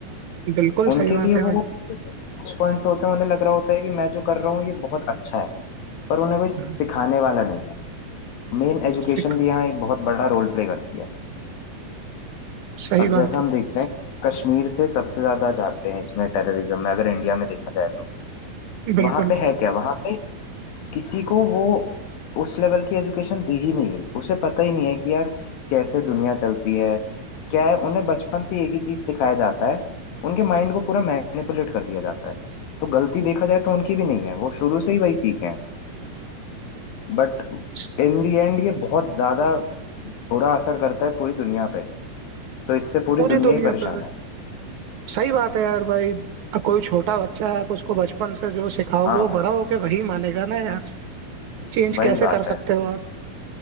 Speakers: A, on the right; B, on the left.
A: बिल्कुल
B: उनके
A: सही बात
B: लिए
A: है भाई
B: वो उस पॉइंट पे होते हैं उन्हें लग रहा होता है कि मैं जो कर रहा हूँ ये बहुत अच्छा है पर उन्हें वो सिखाने
A: हाँ,
B: वाला नहीं है मेन एजुकेशन
A: सिख
B: भी यहाँ एक बहुत बड़ा रोल प्ले करती है
A: सही
B: अब
A: बात
B: जैसा हम
A: है
B: देखते हैं कश्मीर से सबसे ज्यादा जाते हैं इसमें टेररिज्म में अगर इंडिया में देखा जाए तो
A: बिल्कुल
B: वहां पे है क्या वहां पे किसी को वो उस लेवल की एजुकेशन दी ही नहीं गई उसे पता ही नहीं है कि यार कैसे दुनिया चलती है क्या है उन्हें बचपन से एक ही चीज सिखाया जाता है उनके माइंड को पूरा मैनिपुलेट कर दिया जाता है तो गलती देखा जाए तो उनकी भी नहीं है वो शुरू से ही वही सीखे हैं बट
A: स-
B: इन दी एंड ये बहुत ज्यादा बुरा असर करता है पूरी दुनिया पे तो इससे पूरी
A: पूरी
B: दुनिया
A: दुनिया
B: ही परेशान
A: पर
B: है
A: सही बात है यार भाई अ, कोई छोटा बच्चा है आप उसको बचपन से जो सिखाओगे
B: हाँ
A: वो बड़ा होके वही मानेगा ना यार चेंज
B: वही
A: कैसे
B: बात
A: कर
B: है
A: सकते हो आप